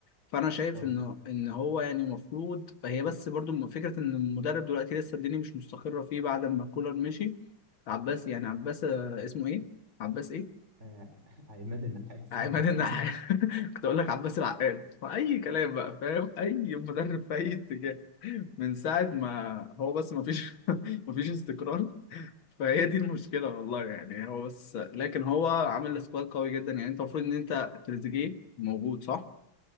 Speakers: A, on the left; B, on the right.
A: فانا شايف
B: اه
A: ان ان هو يعني المفروض هي بس برضو فكرة ان المدرب دلوقتي لسه الدنيا مش مستقرة فيه بعد ما كولر مشي عباس يعني عباس آه، اسمه ايه عباس ايه
B: آه، <laughs> عماد النحاس
A: عماد
B: عباس
A: النحاس
B: مين
A: <laughs> كنت اقول لك عباس العقاد واي كلام بقى فاهم اي مدرب في اي اتجاه من ساعه ما هو بس ما فيش <laughs> ما فيش استقرار فهي دي المشكله والله يعني هو بس لكن هو عامل سكواد قوي جدا يعني انت المفروض ان انت تريزيجيه موجود صح